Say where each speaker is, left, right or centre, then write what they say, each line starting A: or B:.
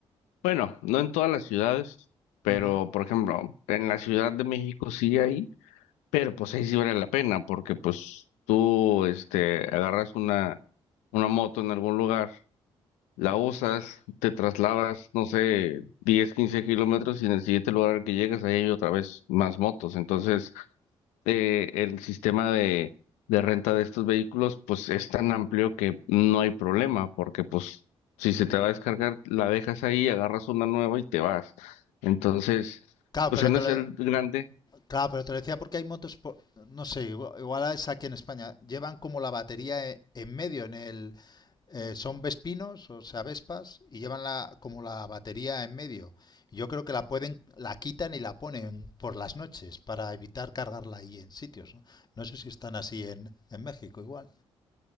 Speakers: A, on the left (about 80°); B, on the left (about 35°).
A: bueno, no en todas las ciudades, pero
B: Ujú.
A: por ejemplo, en la Ciudad de México sí hay, pero pues ahí sí vale la pena, porque pues tú este agarras una, una moto en algún lugar, la usas, te trasladas, no sé, 10, 15 kilómetros y en el siguiente lugar al que llegas ahí hay otra vez más motos. Entonces, eh, el sistema de, de renta de estos vehículos pues es tan amplio que no hay problema, porque pues si se te va a descargar, la dejas ahí, agarras una nueva y te vas. Entonces,
B: Claro,
A: pues
B: pero
A: en
B: te
A: ese
B: lo,
A: grande,
B: Claro, pero te lo decía porque hay motos, por- no sé, igual, igual es aquí en España, llevan como la batería e- en medio, en el, eh, son vespinos, o sea, vespas, y llevan la, como la batería en medio. Yo creo que la pueden, la quitan y la ponen por las noches para evitar cargarla ahí en sitios, ¿no? No sé si están así en, en México igual.